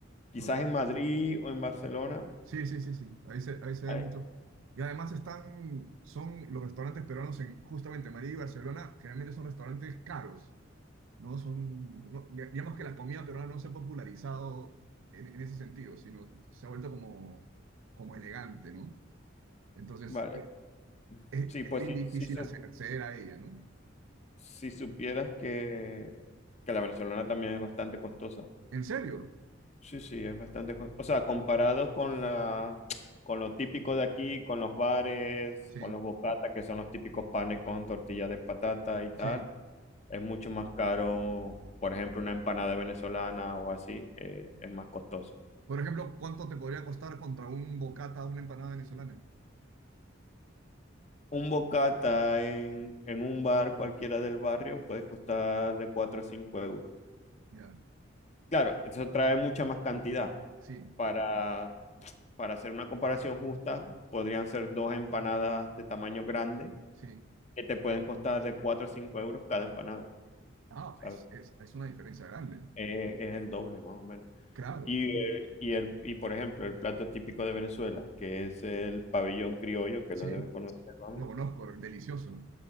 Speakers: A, on the left; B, on the right.
A: Quizás
B: No tanto.
A: en Madrid o en Barcelona.
B: Sí, sí, sí, sí, ahí se, ahí se ve
A: eh,
B: mucho. Y además están, son los restaurantes peruanos en justamente Madrid y Barcelona, generalmente son restaurantes caros, ¿no? Son, no- digamos que la comida peruana no se ha popularizado en, en ese sentido, sino se ha vuelto como, como elegante, ¿no? Entonces,
A: Vale,
B: es, es
A: sí,
B: es
A: pues
B: bien
A: sí,
B: difícil
A: sí, su
B: acce- acceder a ella, ¿no?
A: Si supieras que, que la venezolana también es bastante costosa.
B: ¿En serio?
A: Sí, sí, es bastante costosa. O sea, comparado con la, con lo típico de aquí, con los bares,
B: Sí.
A: con los bocatas, que son los típicos panes con tortilla de patata y tal,
B: Sí.
A: es mucho más caro, por ejemplo, una empanada venezolana o así, eh, es más costoso.
B: Por ejemplo, ¿cuánto te podría costar contra un bocata, una empanada venezolana?
A: Un bocata en, en un bar cualquiera del barrio puede costar de 4 o 5 euros.
B: Ya,
A: Claro, eso trae mucha más cantidad
B: sí,
A: para para hacer una comparación justa, podrían ser dos empanadas de tamaño grande
B: sí.
A: que te pueden costar de 4 a 5 euros cada empanada,
B: Ah,
A: ¿sabes?
B: es, es, es una diferencia grande.
A: Eh, es el doble más o menos.
B: Claro,
A: Y, eh, y, el, y por ejemplo, el plato típico de Venezuela, que es el pabellón criollo, que
B: sí,
A: lo debes conocer, vamos.
B: lo conozco, delicioso.